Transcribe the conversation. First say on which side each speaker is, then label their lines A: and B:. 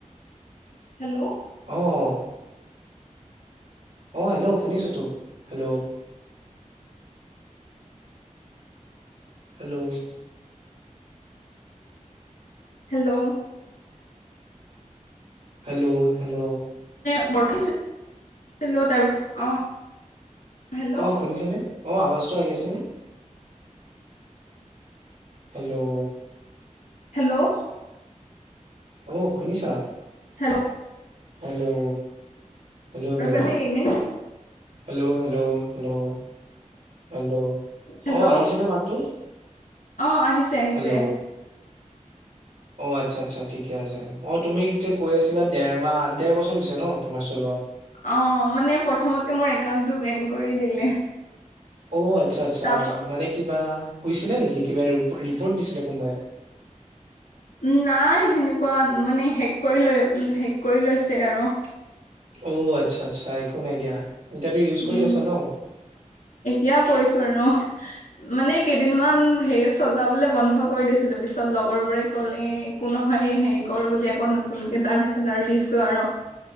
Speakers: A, on the left (about 80°); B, on the right (about 80°).
A: হেল্ল'
B: অ', অ', হেল্ল' শুনিছোতো, hello hello
A: hello
B: hello hello
A: <unintelligible> hello
B: <unintelligible> শুনিছেনে, অ, আৱাজটো আহি আছে নে? হেল্ল'
A: হেল্ল'
B: অ', শুনিছা?
A: হেল্ল'
B: হেল্ল' হেল্ল' হেল্ল'
A: ৰ'বা দে এনে।
B: হেল্ল' হেল্ল' হেল্ল' হেল্ল'
A: হেল্ল'
B: অ, আহিছেনে মাতটো?
A: অ', আহিছে আহিছে।
B: হেল্ল' অ', আচ্ছা আচ্ছা ঠিকে আছে অ, তুমি যে কৈ আছিলা দেৰ মাহ দেৰ বছৰ হৈছে ন' তোমাৰ চলোৱা?
A: অ', মানে প্ৰথমতে মোৰ একাউণ্টটো বেন কৰি দিলে।
B: অ', আচ্ছা আচ্ছা,
A: তাৰপা
B: মানে কিবা হৈছিলে নেকি কিবা ৰিপৰ্ট দিছিলে কোনোবাই?
A: উ নাই সেনেকুৱা মানে হেক কৰি লৈ হেক কৰি লৈছে আৰু।
B: অ আচ্ছা আচ্ছা একো নাই দিয়া। এতিয়াতো ইউজ
A: উম
B: কৰি আছা ন?
A: এতিয়া কৰিছো আৰু অ মানে কেইদিনমান হেৰি চলাবলৈ বন্ধ কৰি দিছিলো পিছত লগৰ বোৰে ক'লে একো নহয় হেৰি কৰ বুলি আকৌ ন- নতুনকে দাৰ পিছত আৰু দিছো আৰ।